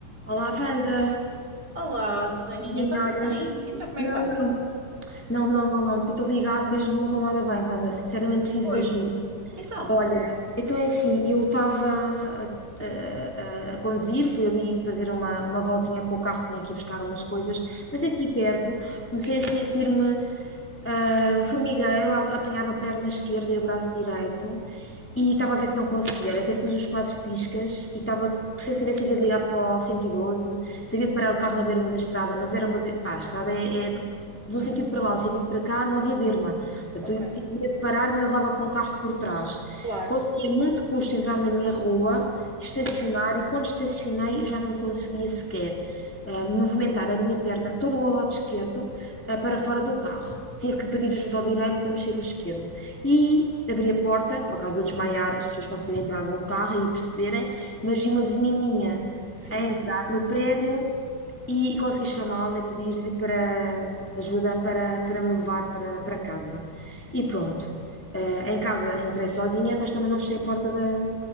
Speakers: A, in the centre; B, on the right.
A: Olá, Wanda.
B: Olá, Saninha,
A: minha
B: está tudo
A: olha.
B: bem? Então, como
A: Não,
B: é que vais?
A: não, não, não, não, não. Estou a ligar mesmo, não estou nada bem, Wanda. Sinceramente, preciso
B: Oi,
A: de ajuda.
B: então,
A: Olha, então é assim, eu estava a, a- a- conduzir, fui ali fazer uma, uma voltinha com o carro, vim aqui buscar umas coisas, mas aqui perto
B: sim,
A: comecei a sentir-me ah, um formigueiro a, a apanhar-me a perna esquerda e o braço direito e estava a ver que não conseguia, Olha, até pus os quatro piscas e estava sem saber se havia de ligar para o 112, se havia de parar o carro na berma da estrada, mas era uma... be- Pá, a estrada é, é de de um sentido para lá, um sentido para cá, não havia berma. Portanto,
B: ok,
A: tinha medo de parar, ainda levava com o carro por trás.
B: claro,
A: Consegui a muito custo entrar na minha rua, estacionar,
B: sim,
A: e quando estacionei eu já não conseguia sequer ah, movimentar a minha perna, todo o meu lado esquerdo, ah, para fora do carro. Tinha que pedir ajuda ao direito para mexer o esquerdo. E abri a porta, por acaso eu desmaiar, as pessoas conseguirem entrar no carro e perceberem, mas vi uma vizinha minha
B: sim,
A: a entrar no prédio e, e consegui chamá-la e pedir-lhe para ajuda para, para me levar para, para casa. E pronto, eh, em casa entrei sozinha, mas também não fechei a porta da-